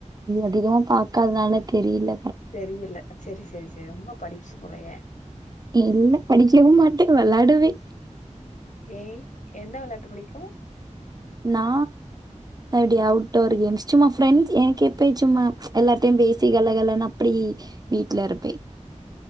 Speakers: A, on the right (about 30°); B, on the left (about 80°).
A: அதிகமா பாக்காதனால தெரில
B: தெரியல சரி சரி சரி ரொம்ப படிப்ஸ்சு போலையே
A: இல்ல படிக்கவும் மாட்டே வெளாடுவே
B: ஏய் என்ன வெளாட்டு புடிக்கு
A: நா அப்டி அவுட்டோர் கேம்ஸ் சும்மா ஃப்ரெண்ட்ஸ் எனக்கு எப்போ சும்மா எல்லார்ட்டயு பேசி கல கலன்னு அப்டி வீட்ல இருப்பே